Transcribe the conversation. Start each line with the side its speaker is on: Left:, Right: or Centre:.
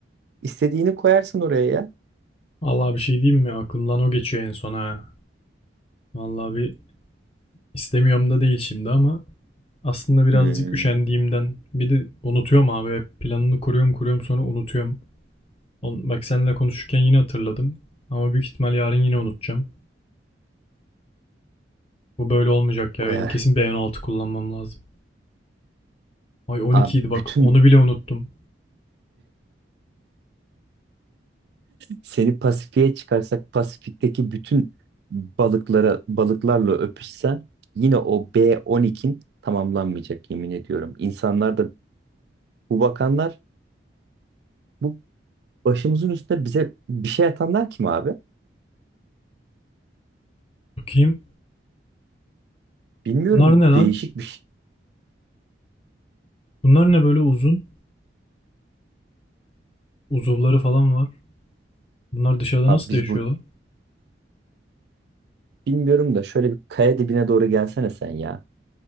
Right: İstediğini koyarsın oraya ya.
Left: Allah bir şey diyeyim mi? Aklımdan o geçiyor en son ha. Vallahi bir istemiyorum da değil şimdi ama aslında birazcık
Right: Hmm.
Left: üşendiğimden bir de unutuyorum abi. Planını kuruyorum kuruyorum sonra unutuyorum. Bak seninle konuşurken yine hatırladım. Ama büyük ihtimal yarın yine unutacağım. Bu böyle olmayacak ya.
Right: Bayağı.
Left: Benim kesin b on altı kullanmam lazım. Ay 12
Right: Abi
Left: idi
Right: bütün
Left: bak onu bile unuttum.
Right: seni Pasifik'e çıkarsak Pasifik'teki bütün balıklara balıklarla öpüşsen yine o B12'in tamamlanmayacak yemin ediyorum. İnsanlar da bu bakanlar bu başımızın üstüne bize bir şey atanlar kim abi?
Left: Bakayım.
Right: Bilmiyorum
Left: Bunlar ne
Right: değişik
Left: lan?
Right: bir şey.
Left: Bunlar ne böyle uzun? Uzuvları falan var. Bunlar dışarıda
Right: Abi
Left: nasıl
Right: biz
Left: yaşıyor
Right: bu
Left: lan?
Right: bilmiyorum da şöyle bir kaya dibine doğru gelsene sen ya.